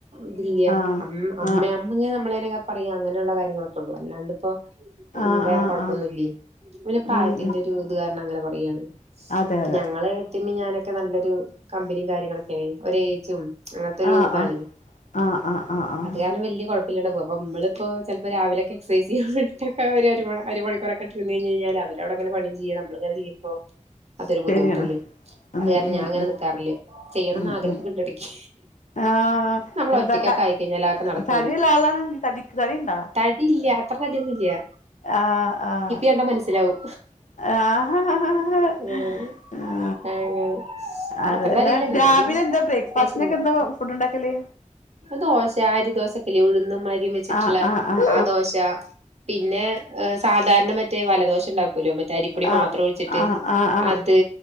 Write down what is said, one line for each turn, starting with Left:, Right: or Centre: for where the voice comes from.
Right: ഇതില്ല.
Left: ആഹ്
Right: അമ്മ അമ്മയാ
Left: ആഹ് ആഹ്
Right: അമ്മങ്ങനേ നമ്മളേനൊക്കെ പറയാ അങ്ങനെള്ള കാര്യങ്ങളൊക്കെ. ത്രൊള്ളൂ. അല്ലാണ്ട്പ്പോ ഉം
Left: ആഹ്
Right: വേറെ
Left: ആഹ്
Right: കൊഴപ്പൊന്നുല്ലേ.
Left: ആഹ്
Right: പിന്നെ പ്രായത്തിന്റെ
Left: ഉം ഉം
Right: ഒരു ഇത് കാരണം അങ്ങനെ പറയാണ്.
Left: അതെ
Right: ഇപ്പ
Left: അതെ
Right: ഞങ്ങള് ന്റിമ്മീ ഞാനൊക്കെ നല്ലൊരു കമ്പനിം കാര്യങ്ങളൊക്കേണ്. ഒരേജും അങ്ങത്തൊരു
Left: ആഹ്
Right: ഇതാണെ.
Left: ആഹ് ആഹ് ആഹ് ആഹ് ആഹ്
Right: അത് കാരണം വല്ല്യ കെ യ്യണപ്പോ. അപ്പോ ഇമ്മളിപ്പോ ചെൽപ്പോ രാവിലൊക്കെ എക്സൈസിയ്യാൻ വേണ്ടിട്ടാക്കാരം ഒരു അരമണി അരമണിക്കൂറൊക്കെ ചെന്ന് കയ്ഞ്ഞേയ്ഞ്ഞാല് അവരവിടെ അങ്ങനെ പണീം ചെയ്യ നമ്മളിങ്ങെനെ ചെയ്യുമ്പോ അതൊരു ബുദ്ധിമുട്ടല്ലേ?
Left: ശരിയാണ് ഉം
Right: അത് കാരണം
Left: ഉം
Right: ഞാൻ അങ്ങനെ
Left: ഉം
Right: നിക്കാറില്ല. ചെയ്യണംന്ന്
Left: ഉം
Right: ആഗ്രഹക്കെണ്ട്
Left: ഉം
Right: എടക്കി
Left: ആഹ്
Right: നമ്മളൊറ്റക്കൊക്കെ
Left: എന്താ ത
Right: ആയി കഴിഞ്ഞാലെ അതൊക്കെ നടക്കുള്ളൂ.
Left: തടിയുള്ള ആളാണ് നീ തടി തടിയുണ്ടോ
Right: ത ടി ഇല്ല്യാ അത്രതടിയൊന്നുല്ല്യാ.
Left: ആഹ് ആഹ്.
Right: കണ്ടാ മനസ്സിലാവും.
Left: ആഹ്
Right: ഉം അങ്ങനെ.
Left: അതെ
Right: അത്ര തടിയില്ല
Left: ലെ,
Right: എന്നാലും
Left: രാവിലെന്താ ബ്രേക്ക്ഫാസ്റ്റിനൊക്കെ
Right: അത്യാവശ്യണ്ട്
Left: എന്താ ഫുഡ് ഇണ്ടാക്കല്?
Right: ദോശ അരിദോശക്കെല്ല ഉഴുന്നും അരീം വെച്ചിട്ട്ള്ളേ?
Left: ആഹ് ആഹ് ആഹ്
Right: ആ ദോശ പിന്നെ ഏഹ് സാധാരണ മറ്റേ വലദോശ ഇണ്ടാക്കൂലോ മറ്റേ അരിപ്പൊടി
Left: ആഹ്
Right: മാത്രം ഒഴിച്ചിട്ട്?
Left: ആഹ് ആഹ് ആഹ്
Right: അത്